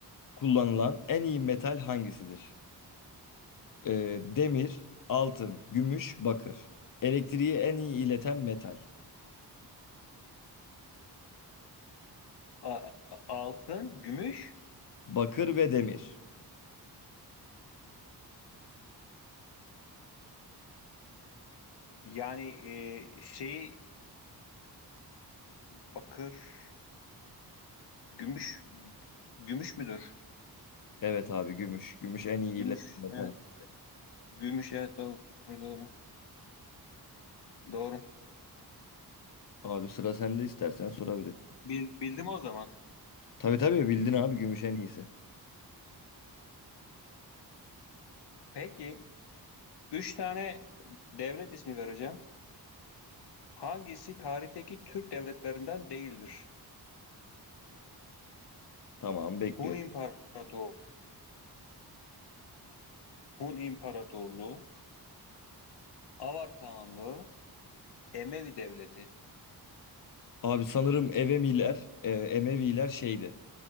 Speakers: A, on the left (about 55°); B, on the left (about 75°).
A: kullanılan en iyi metal hangisidir? Ee, demir, altın, gümüş, bakır. Elektriği en iyi ileten metal.
B: A- a- altın, gümüş
A: Bakır ve demir.
B: yani e, şey bakır, gümüş gümüş müdür?
A: Evet abi gümüş. Gümüş en iyi
B: Gümüş.
A: iletişim metal.
B: Evet. Gümüş evet doğru doğru. Doğru.
A: Abi sıra sende istersen sorabilir.
B: Bil- bildim o zaman.
A: Tabii tabii bildin abi gümüş en iyisi.
B: Peki üç tane devlet ismi vereceğim. Hangisi tarihteki Türk devletlerinden değildir?
A: Tamam bekliyor.
B: Hun İmparatorluğu, Hun İmparatorluğu, Avar Kağanlığı, Emevi Devleti.
A: Abi sanırım Evemiler, e, Emeviler şeydi.